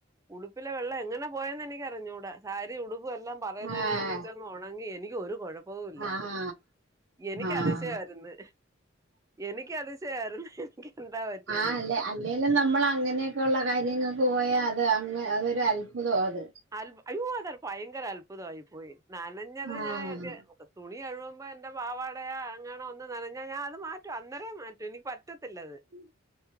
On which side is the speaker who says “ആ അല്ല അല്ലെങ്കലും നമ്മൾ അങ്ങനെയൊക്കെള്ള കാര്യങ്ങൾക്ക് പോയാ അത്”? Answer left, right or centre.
Right